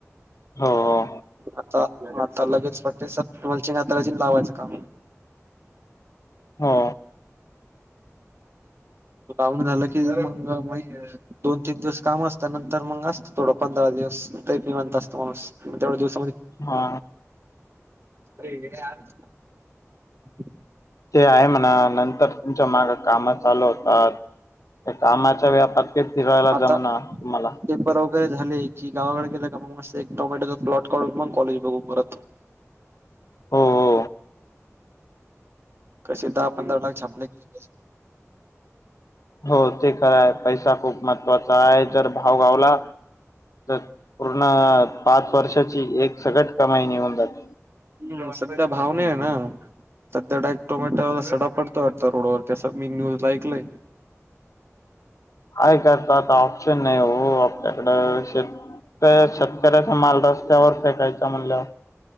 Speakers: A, on the left; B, on the right.
A: हो हो
B: आता आता लगेच वाटते स तुम्हालाचीिना दराज लावायचं काम
A: हो
B: लावून झाला की म महि दोन तीन दिवस काम असत नंतर मग असत थोडं पंधरा दिवस त मी म्हणत असतो माणूस म तेवढेोस
A: हा
B: <inaudible> <inaudible>
A: ते आहे म्हणा नंतर तुमच्या माग कामात चालू होतात ते कामाच्या व्यापात कि फिरायला
B: आता
A: जमना तुम्हाला
B: पेपर वगैरे झाले की गावाकडे गेले का मस्ं एक टोमॅटोचा प्लॉट काढून मग कॉलेज बघू परत
A: हो हो
B: कसे दहांधरा ला ापले गली पाहिजे
A: हो ते खरं आहे पैसा खूप महत्त्वाचा आहे जर भाव गावला पूर्ण पाच वर्षाची एक सगट कमाईणी होऊन जात
B: ह सध्या भावना आहे ना सध्या डायेक् टोमॅटरला सडा पडतो वाटता रोडवर त्यां मी न्यूज ला ऐकलंय
A: काय करता आता ऑप्शन नाही हो आपल्याकडे शेत शेतकऱ्याचा माल रत र्यावर काकायच म्हणलं